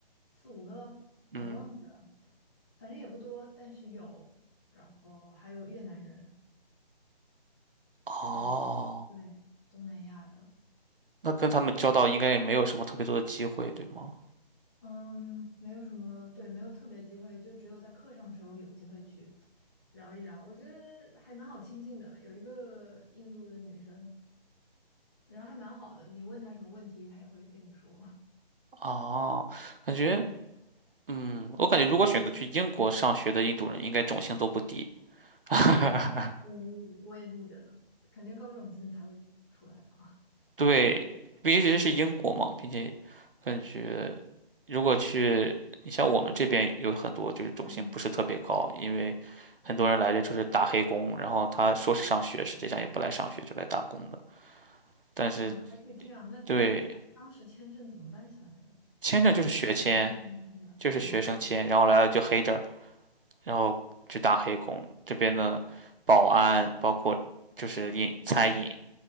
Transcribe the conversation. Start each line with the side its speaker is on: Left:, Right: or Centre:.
Left: 四五个，
Right: 嗯，
Left: 我忘记了，反正也不多，但是有。然后还有越南人，
Right: 哦，
Left: 反正就对东南亚的，
Right: 那跟他们交道应该也没有什么特别多的机会，对吗？
Left: 嗯，没有什么，对，没有特别机会，就只有在课上的时候有机会去聊一聊。我觉得还蛮好亲近的，有一个印度的女生，然后还蛮好的，你问她什么问题，她也会跟你说。
Right: 哦，感觉。嗯，我感觉如果选择去英国上学的印度人，应该种姓都不低。<laughs>
Left: 嗯，我也这么觉得，肯定高中心才会出来吧。
Right: 对，毕竟是英国嘛，并且感觉如果去，你像我们这边有很多就是种姓不是特别高，
Left: 嗯，
Right: 因为很多人来这就是打黑工，然后他说是上学，实际上也不来上学，就来打工的。但是
Left: <laughs> 啊，还可以这样，那他们当时签证怎么办下来的？
Right: 对，签证就是学签，
Left: 学生签证了啊，
Right: 就是学生签，然后来了就黑着，然后去打黑工。这边的保安，包括就是饮餐饮，